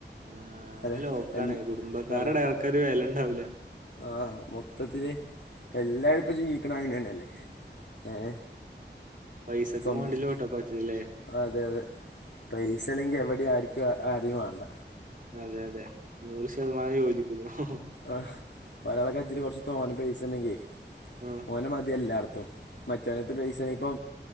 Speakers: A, on the right; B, on the left.
A: ആഹ് അകെ
B: അതെ
A: ലോക്കാണ്
B: എൽ
A: കുടുംബക്കാരടെക്കര്
B: അതെ
A: വെലണ്ടാവൂല്ല
B: ആഹ് മൊത്തത്തില് എല്ലാരുംപ്പോ ജീവിക്കണ് അങ്ങ്നന്നെല്ലേ ഏഹ്
A: പൈസക്കും
B: സ്വന്തം
A: മാണ്ടില്ല ഓട്ടപ്പാച്ച്ല് ല്ലേ
B: അതെ അതെ പൈസല്ലെങ്കി എവിടെ ആര്ക്കും ആരേം വാണ്ട
A: അതെ അതെ നൂറ് ശതമാനം യോജിക്കുന്നു ഹ് ഹ്
B: ആ പലാള കജ്ജില് കുറച്ച് തോന പൈസണ്ടെങ്കി
A: ഉം
B: ഓന മതില്ലാട്ത്തും മറ്റോനട്ത്ത് പൈസണ്ട ഇപ്പൊ